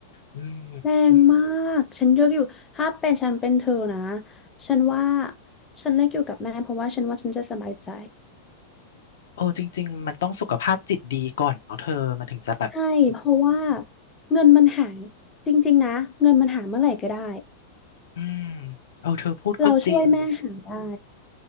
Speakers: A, on the left; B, on the left.
A: อืม
B: แรงมากฉันเลือกอยู่ถ้าเป็นฉันเป็นเธอนะฉันว่าฉันเลือกอยู่กับแม่เพราะว่าฉันว่าฉันจะสบายใจ
A: โอ้จริงๆมันต้องสุขภาพจิตดีก่อนเนาะเธอมันถึงจะแบบ
B: ใช่เพราะว่าเงินมันหาจริงๆนะเงินมันหาเมื่อไหร่ก็ได้
A: อืมเออเธอพูดก็จริง
B: เราช่วยแม่หาได้